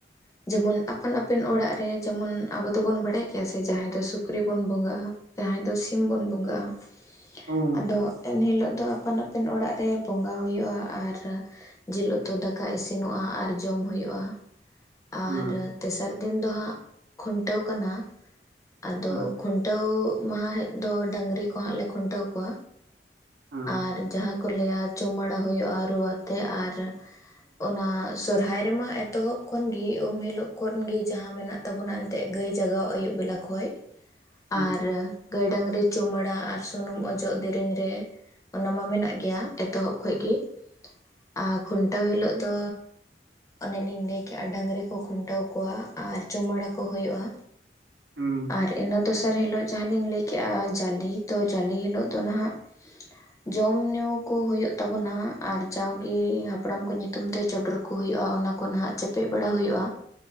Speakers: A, on the left; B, on the right.
A: ᱡᱮᱢᱚᱱ ᱟᱯᱟᱱ ᱟᱹᱯᱤᱱ ᱚᱲᱟᱜ ᱨᱮ ᱡᱮᱢᱚᱱ ᱟᱵᱚ ᱫᱚᱵᱚᱱ ᱵᱟᱲᱟᱭ ᱜᱮᱭᱟ ᱥᱮ, ᱡᱟᱦᱟᱸᱭ ᱫᱚ ᱥᱩᱠᱨᱤ ᱵᱚᱱ ᱵᱚᱸᱜᱟᱜᱼᱟ᱾ ᱡᱟᱦᱟᱸᱭ ᱫᱚ ᱥᱤᱢ ᱵᱚᱱ ᱵᱚᱸᱜᱟᱜᱼᱟ᱾
B: ᱦᱩᱸ
A: ᱟᱫᱚᱼᱼᱼ ᱮᱱ ᱦᱤᱞᱟᱹᱜ ᱫᱚ ᱟᱯᱟᱱ ᱟᱹᱯᱤᱱ ᱚᱲᱟᱜ ᱨᱮ ᱵᱚᱸᱜᱟ ᱦᱩᱭᱩᱜᱼᱟ᱾ ᱟᱨ ᱡᱤᱞ ᱩᱛᱩ ᱫᱟᱠᱟ ᱤᱥᱤᱱᱚᱜᱼᱟ ᱟᱨ ᱡᱚᱢ ᱦᱩᱭᱩᱜᱼᱟ᱾
B: ᱦᱩᱸ
A: ᱟᱨ ᱛᱮᱥᱟᱨ ᱫᱤᱱ ᱫᱚ ᱦᱟᱸᱜ ᱠᱷᱩᱱᱴᱟᱹᱣ ᱠᱟᱱᱟ᱾ ᱟᱫᱚ
B: ᱦᱩᱸ
A: ᱠᱷᱩᱱ ᱠᱷᱩᱱᱴᱟᱹᱣ ᱢᱟᱦᱟ ᱦᱮᱫ ᱫᱚ ᱰᱟᱹᱝᱨᱤ ᱠᱚ ᱦᱟᱸᱜ ᱞᱮ ᱠᱷᱩᱱᱴᱟᱹᱣ ᱠᱚᱣᱟ᱾
B: ᱦᱩᱸ
A: ᱟᱨ ᱡᱟᱦᱟᱸ ᱠᱚ ᱞᱟᱹᱭᱟ ᱪᱩᱢᱟᱹᱲᱟ ᱦᱩᱭᱩᱜᱼᱟ, ᱨᱩ ᱟᱛᱮ ᱟᱨ ᱚᱱᱟ ᱥᱚᱨᱦᱟᱭ ᱨᱮᱢᱟ ᱮᱛᱚᱦᱚᱵ ᱠᱷᱚᱱᱜᱤ ᱩᱢ ᱦᱤᱞᱟᱹᱜ ᱠᱷᱚᱱ ᱜᱮ ᱡᱟᱦᱟᱸ ᱢᱮᱱᱟᱜ ᱛᱟᱵᱚᱱᱟ ᱮᱱᱛᱮᱫ ᱜᱟᱹᱭ ᱡᱟᱜᱟᱣ ᱟᱹᱭᱩᱵ ᱵᱮᱞᱟ ᱠᱷᱚᱡ᱾
B: <inaudible>
A: ᱟᱨ ᱜᱟᱹᱭ ᱰᱟᱹᱝᱨᱤ ᱪᱩᱢᱟᱹᱲᱟ ᱟᱨ ᱥᱩᱱᱩᱢ ᱚᱡᱚᱜ ᱫᱮᱨᱮᱧ ᱨᱮ᱾ ᱚᱱᱟ ᱢᱟ ᱢᱮᱱᱟᱜ ᱜᱮᱭᱟ ᱮᱛᱚᱦᱚᱵ ᱠᱷᱚᱡ ᱜᱮ ᱟᱨ ᱠᱷᱩᱱᱴᱟᱹᱣ ᱦᱤᱞᱳᱜ ᱫᱚ ᱚᱱᱮᱞᱤᱧ ᱞᱟᱹᱭᱠᱮᱜᱼᱟ ᱰᱟᱹᱟᱝᱨᱤ ᱠᱚ ᱠᱷᱩᱱᱴᱟᱹᱣ ᱠᱚᱣᱟ ᱟᱨ ᱪᱩᱢᱟᱹᱲᱟ ᱠᱚ ᱦᱩᱭᱩᱜᱼᱟ᱾
B: ᱦᱩᱸ
A: ᱟᱨ ᱤᱱᱟᱹ ᱫᱚᱥᱟᱨ ᱦᱤᱞᱳᱜ ᱡᱟᱦᱟᱸᱞᱤᱧ ᱞᱟᱹᱭᱠᱮᱜᱼᱟ ᱡᱟᱞᱤ ᱛᱚ ᱡᱟᱞᱤ ᱦᱤᱞᱳᱜ ᱫᱚ ᱱᱟᱦᱟᱜ
B: <inaudible>
A: ᱡᱚᱢ ᱧᱩ ᱠᱚ ᱦᱳᱭᱳᱜ ᱛᱟᱵᱩᱱᱟ ᱟᱨ ᱡᱟᱣᱜᱮ ᱦᱟᱯᱲᱟᱢᱠᱚ ᱧᱩᱛᱩᱢ ᱛᱮ ᱪᱚᱰᱚᱨ ᱠᱚ ᱠᱚ ᱦᱩᱭᱩᱜᱼᱟ ᱚᱱᱟ ᱠᱚ ᱱᱟᱦᱟᱜ ᱪᱟᱯᱮᱫ ᱵᱟᱲᱟ ᱦᱩᱭᱩᱜᱼᱟ᱾